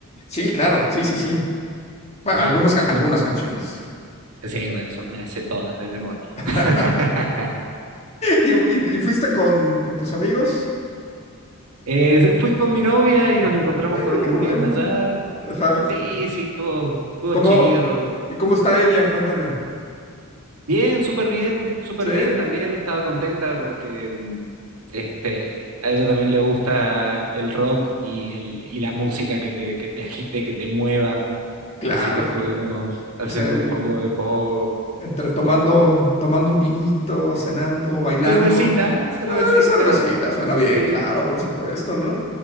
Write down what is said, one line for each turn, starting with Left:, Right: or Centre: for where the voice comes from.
Left: Sí, claro, sí, sí, sí. Bueno,
Right: bueno.
Left: algunas, ca- algunas canciones.
Right: Sí, bueno, eso me las sé todas de memoria.
Left: <laughs>
Right: <laughs>
Left: ¿Y, y- y fuiste con, con tus amigos?
Right: Eh, fui con mi novia y nos encontramos
Left: Eh,
Right: con unos
Left: qué bueno.
Right: amigos allá.
Left: Ajá.
Right: Sí, sí, estuvo, estuvo
Left: ¿Cómo,
Right: chido.
Left: y cómo está ella? Cuéntame.
Right: Bien, súper bien, súper
Left: Sí,
Right: bien también. Estaba contenta porque mm, este, a ella también le gusta el rock y, el, y la música que te, que te agite, que te mueva.
Left: claro.
Right: Así que estuvimos haciendo
Left: O sea,
Right: un
Left: y-
Right: poco de pogo.
Left: entre
Right: Estuvo-
Left: tomando, tomando un vinito, cenando, bailando.
Right: Cervecita, cervecita.
Left: Eh, cervecita, suena
Right: Sí,
Left: bien,
Right: sí.
Left: claro, por supuesto, ¿no?